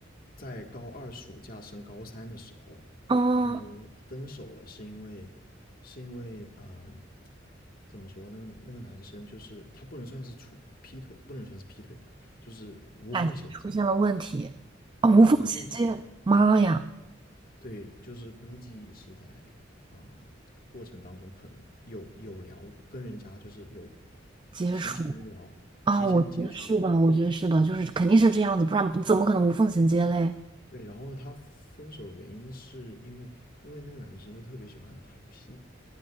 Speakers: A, on the left; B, on the right.
A: 在高二暑假升高三的时候，
B: 嗯，
A: 他们分手了，是因为是因为呃怎么说那个那个男生就是他不能算是处劈腿，不能算是劈腿吧，就是无缝衔接。
B: 感情出现了问题，啊、无缝衔接，
A: 就无缝衔接，
B: 妈呀，
A: 对，就是估计是在啊、过程当中可能有有聊跟人家就是有
B: 接触
A: 提前聊、
B: 啊、
A: 提前接触，
B: 我觉得是的，
A: 对
B: 我觉得是的，就是肯定是这样子，不然怎么可能无缝衔接嘞？
A: 对。然后他分手原因是因为因为那个男生就特别喜欢打游戏，